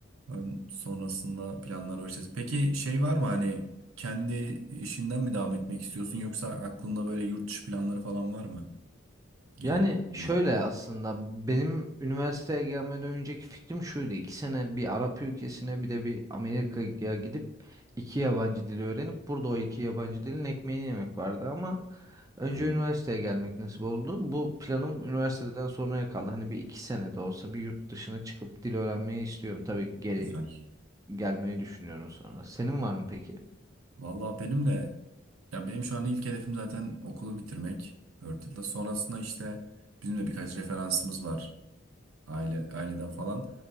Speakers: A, on the right (about 85°); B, on the right (about 15°).
A: Ön- Sonrasında planlar var işte. Peki şey var mı hani kendi işinden mi devam etmek istiyorsun yoksa aklında böyle yurt dışı planları falan var mı? Gerekli.
B: Yani şöyle aslında benim üniversiteye gelmeden önceki fikrim şuydu. İki sene bir Arap ülkesine bir de bir Amerika'ya gidip iki yabancı dili öğrenip burada o iki yabancı dilin ekmeğini yemek vardı ama önce
A: Ana,
B: üniversiteye gelmek nasip oldu. Bu planım üniversiteden sonraya kaldı. Hani bir iki sene de olsa bir yurt dışına çıkıp dil öğrenmeyi istiyorum. Tabii geri
A: Güzel.
B: gelmeyi düşünüyorum sonra. Senin var mı peki?
A: Vallahi benim de ya benim şu an ilk hedefim zaten okulu bitirmek. dört yılda sonrasında işte bizim de birkaç referansımız var. aile aileden falan.